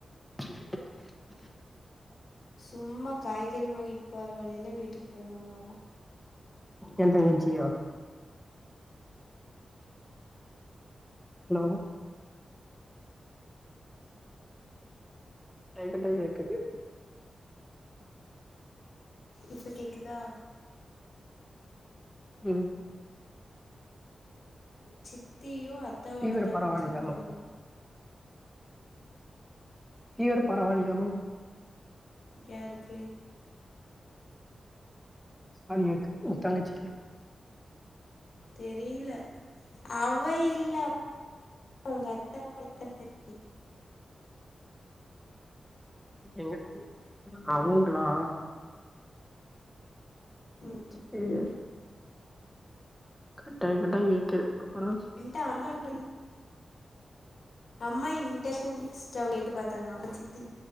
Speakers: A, in the centre; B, on the left (about 75°).
A: <unintelligible>
B: சும்மா காய்கறி வாங்கிட்டு போற வழியில வீட்டுக்கு போனாங்களாமா
A: எ தங்கச்சியா லவ்வு கட்டாய் கட்டாய் கேக்குது
B: இப்ப கேக்குதா
A: உம்
B: சித்தியு அத்தாவோட
A: ஃபீவர்
B: தங்கச்சியு
A: பரவாயில்லையா
B: போயிருந்தாங்க
A: ஃபீவர் பரவாயில்லையாமா
B: யாருக்கு
A: ஆலியாக்கு உங்க தங்கச்சிக்கு
B: தெரியுல அவ இல்ல உங்க அத்த <unintelligible>
A: எங்க அவுங்களா
B: ம்
A: சேரி கட்டாய் கட்டாய் கேக்குது அப்புறோ
B: என்ட்ட அம்மா இன் அம்மா இண்டஷன்ஸ் அச்சாவ கேட்டு பாத்தாங்களாம சித்தி